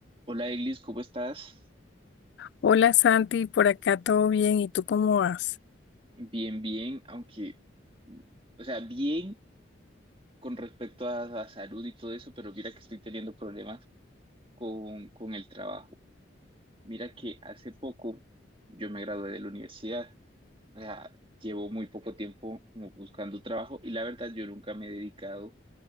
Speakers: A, on the right; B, on the left.
A: Hola Eglis, ¿cómo estás?
B: Hola Santi, por acá todo bien, ¿y tú cómo vas?
A: Bien, bien, aunque, mm, o sea, bien con respecto a, a salud y todo eso, pero mira que estoy teniendo problemas con, con el trabajo. Mira que hace poco yo me gradué de la universidad, o sea, llevo muy poco tiempo como buscando trabajo y la verdad yo nunca me he dedicado